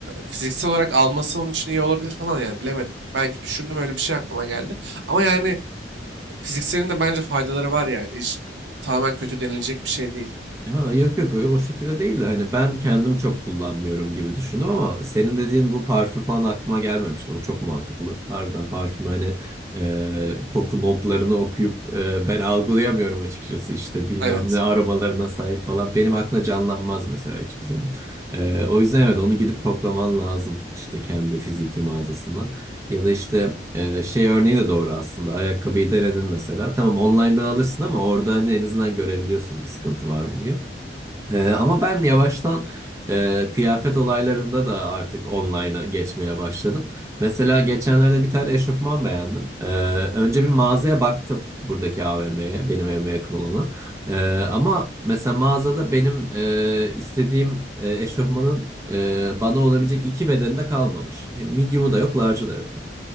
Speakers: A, on the right (about 85°); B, on the right (about 15°).
A: fiziksel olarak alması onun için iyi olabilir falan yani bilemedim. Belki düşündüm öyle bir şey aklıma geldi. Ama yani fizikselin de bence faydaları var yani. Hiç, tamamen kötü denilecek bir şey değil.
B: Ha, yok yok öyle o şekilde değil de hani ben kendim çok kullanmıyorum gibi düşündüm ama senin dediğin bu parfüm falan aklıma gelmemişti. O çok mantıklı. Harbiden parfüm hani e, koku notlarını okuyup e, ben algılayamıyorum açıkçası işte bilmem
A: Evet.
B: ne aromalarına sahip falan. Benim aklımda canlanmaz mesela hiçbir zaman. E, o yüzden evet onu gidip koklaman lazım işte kendi fiziki mağazasında. Ya da işte e, şey örneği de doğru aslında. Ayakkabıyı denedin mesela. Tamam online'dan alırsın ama orada hani en azından görebiliyorsun bir sıkıntı var mı diye. Ee, ama ben yavaştan e, kıyafet olaylarında da artık online'a geçmeye başladım. Mesela geçenlerde bir tane eşofman beğendim. Ee, önce bir mağazaya baktım buradaki AVM'ye, benim evime yakın olanı. Ee, ama mesela mağazada benim e, istediğim e, eşofmanın e, bana olabilecek iki bedeni de kalmamış. Hem medium'u da yok, large'ı da yok,